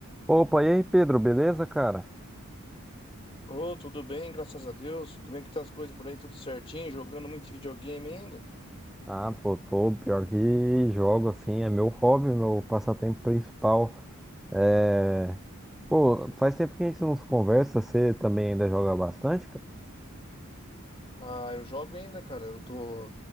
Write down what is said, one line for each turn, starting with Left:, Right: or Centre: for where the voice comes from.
Centre: Opa, e aí, Pedro, beleza, cara?
Left: Ô, tudo bem, graças a Deus. Como é que tá as coisas por aí? Tudo certinho? Jogando muito videogame ainda?
Centre: Ah, pô, tô pior que jogo, assim, é meu hobby, meu passatempo principal. É... Pô, faz tempo que a gente não se conversa, você também ainda joga bastante, cara?
Left: Ah, eu jogo ainda, cara. Eu tô.